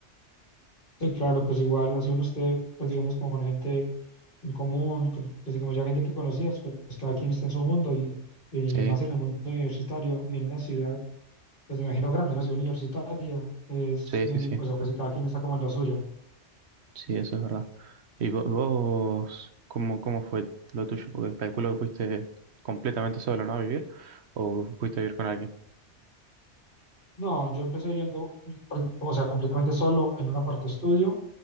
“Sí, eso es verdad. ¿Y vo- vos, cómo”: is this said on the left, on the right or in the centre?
Right